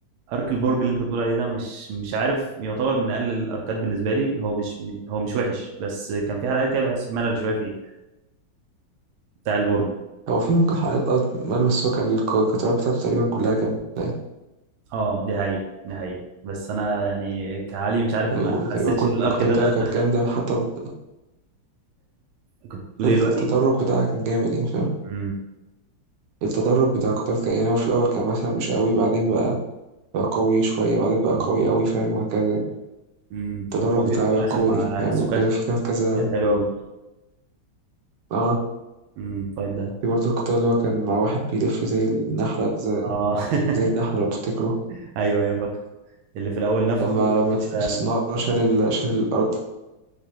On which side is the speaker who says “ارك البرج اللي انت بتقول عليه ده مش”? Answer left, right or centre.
Right